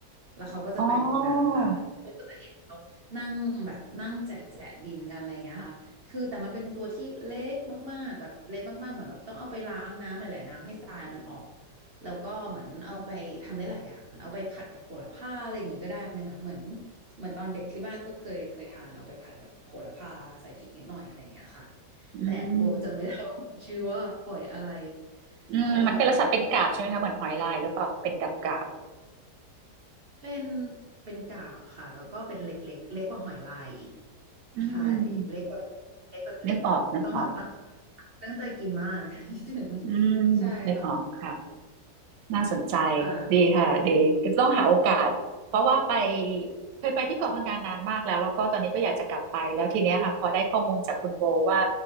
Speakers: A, on the right; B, on the right.
A: แล้วเขาก็จะไปลงน้ำละแล้วก็จะเห็นเขานั่งแบบนั่งแจะแจะดินกันอะไรอย่างเงี้ยค่ะคือแต่มันเป็นตัวที่เล็กมากๆแบบเล็กมากๆเหมือนแบบต้องเอาไปล้างน้ำหลายๆน้ำให้ทรายมันออก
B: อ๋อ
A: แล้วก็เหมือนเอาไปทำได้หลายอย่างเหมือนเอาไปผัดกับโหระพาอะไรอย่างงี้ก็ได้ไหมคะเหมือนเหมือนตอนเด็กที่บ้านก็เคยเคยทานเอาไปผัดกับโหระพาใส่พริกนิดหน่อยอะไรอย่างเงี้ยค่ะ
B: อืม
A: แต่โบจะไม่ได้ว่ามันชื่อว่าหอยอะไร
B: อืมมันเป็นลักษณะเป็นกาบใช่ไหมคะ
A: ใช่
B: เหมือนหอยลายหรือเปล่าเป็นกาบกาบ
A: เป็นเป็นกาบค่ะแล้วก็เป็นเล็กเล็กเล็กกว่าหอยลายอีก
B: อืม
A: ใช่เล็กแบบเล็กแบบเล็กต้องแบบตั้ง
B: นึกออก นึกออก
A: ตั้งใจกินมาก <laughs> ถึง
B: อืม
A: ใช่ค่ะ
B: นึกออกค่ะ น่าสนใจ
A: ค่ะ
B: ดีค่ะดีต้องหาโอกาสเพราะว่าไปเคยไปที่เกาะพะงันนานมากแล้วแล้วก็ตอนนี้ก็อยากจะกลับไปแล้วทีเนี้ยค่ะพอได้ข้อมูลจากคุณโบว่า